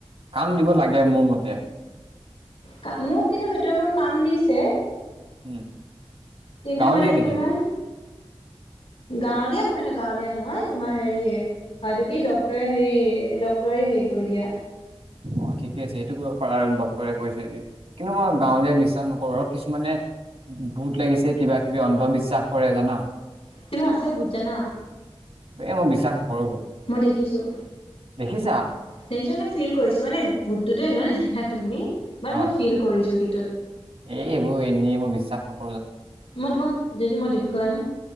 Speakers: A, on the right; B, on the left.
A: কাম দিব লাগে মোৰ মতে।
B: কা, মোক কিন্তু সেইটো অকণ কাম দিছে।
A: উম।
B: কিন্তু
A: গাঁৱলীয়া
B: মানে
A: নেকি
B: তোমাৰ গাঁৱলীয়া নহয় ন গাঁৱলীয়া নহয় তোমাৰ হেৰিয়ে হয়তো কি ডক্টৰে হেৰি ডক্টৰে হেৰি কৰি দিয়া।
A: অঁ ঠিকে আছে সেইটো কৰিব পাৰা আৰু ডক্তৰে কৈ যদি, কিন্তু মই গাঁৱলীয়া বিশ্বাস নকৰো আৰু কিছুমানে ভূত লাগিছে কিবা কিবি অন্ধবিশ্বাস কৰে জানা।
B: কিন্তু আছে ভূত আছে জানা।
A: এ মই বিশ্বাস নকৰো ভূত।
B: মই দেখিছোঁ।
A: দেখিছা?
B: দেখিছো মানে ফিল কৰিছো মানে ভোতটোতো নেদেখা তুমি, বাত
A: অ',
B: মই ফিল কৰিছো সেইটোত।
A: এই এইবোৰ এনেই মই বিশ্বাস নক
B: মই তোমাক যদি মই দেখুৱাইন।